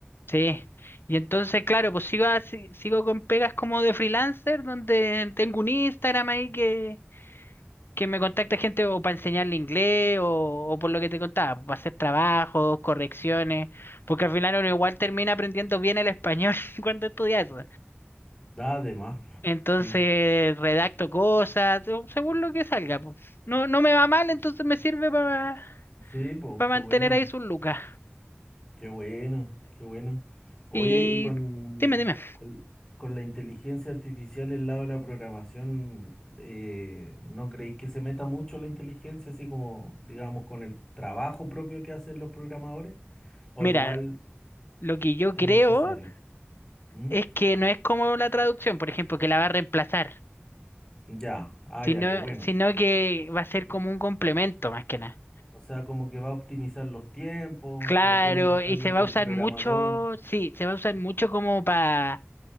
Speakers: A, on the left; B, on the left.
A: sí. Y entonces, claro, pues sigo, así- sigo con pegas como de freelancer, donde tengo un Instagram ahí que que me contacta gente o para enseñarle inglés o, o por lo que te contaba, para hacer trabajos, correcciones, porque al final uno igual termina aprendiendo bien el español <laughs> cuando estudia eso.
B: Además, po.
A: Entonces
B: sí,
A: redacto cosas, o según lo que salga. po. No, no me va mal, entonces me sirve para
B: sí, pues, qué
A: mantener
B: bueno,
A: ahí sus lucas.
B: qué bueno, qué bueno. Oye,
A: Y
B: y con,
A: dime, dime.
B: con, con la inteligencia artificial el lado de la programación, eh, ¿no creéis que se meta mucho la inteligencia, así como, digamos, con el trabajo propio que hacen los programadores? O
A: Mira,
B: igual
A: lo que yo
B: es
A: creo
B: necesario. ¿Mm?
A: es que no es como la traducción, por ejemplo, que la va a reemplazar,
B: Ya, ah,
A: sino,
B: ya, qué bueno.
A: sino que va a ser como un complemento más que nada.
B: O sea, como que va a optimizar los tiempos,
A: Claro,
B: pero tiene que estar
A: y
B: la-
A: se va
B: el
A: a usar
B: programador.
A: mucho, sí, se va a usar mucho como para